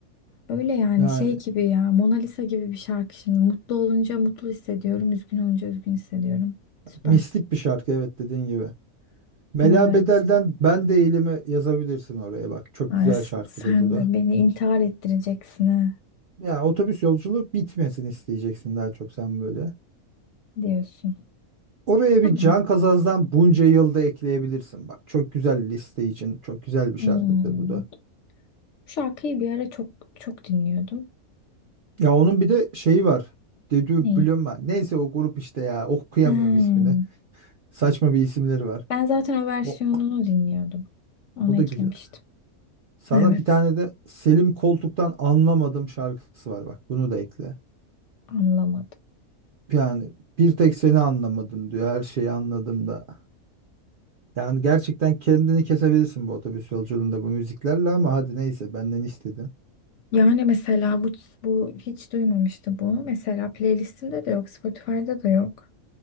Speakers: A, on the left; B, on the right.
A: Öyle yani
B: Yani
A: şey gibi ya Mona Lisa gibi bir şarkı şimdi. Mutlu olunca mutlu hissediyorum. Üzgün olunca üzgün hissediyorum. Süper.
B: mistik bir şarkı evet dediğin gibi. Mela
A: Evet.
B: Bedel'den Ben Değilim'i yazabilirsin oraya bak. Çok
A: Ay,
B: güzel
A: s-
B: şarkıdır
A: sen
B: bu da.
A: de beni intihar ettireceksin ha
B: Ya otobüs yolculuğu bitmesin isteyeceksin daha çok sen böyle.
A: diyorsun.
B: Oraya
A: Tamam.
B: bir Can Kazaz'dan bunca yılda ekleyebilirsin bak. Çok güzel liste için çok güzel bir
A: Hmm.
B: şarkıdır bu da.
A: Bu şarkıyı bir ara çok çok dinliyordum.
B: Ya onun bir de şeyi var. Dedü
A: Neyi?
B: Blöma. Neyse o grup işte ya. Okuyamıyorum
A: He.
B: ismini. Saçma bir isimleri var.
A: Ben zaten o versiyonunu
B: O,
A: dinliyordum. Onu
B: o da
A: eklemiştim.
B: güzel. Sana
A: Evet.
B: bir tane de Selim Koltuk'tan Anlamadım şarkısı var bak. Bunu da ekle.
A: Anlamadım.
B: Yani bir tek seni anlamadım diyor. Her şeyi anladım da. Yani gerçekten kendini kesebilirsin bu otobüs yolculuğunda bu müziklerle ama hadi neyse benden istedin.
A: Yani mesela bu bu hiç duymamıştı Bu Mesela playlistimde de yok, Spotify'da da yok.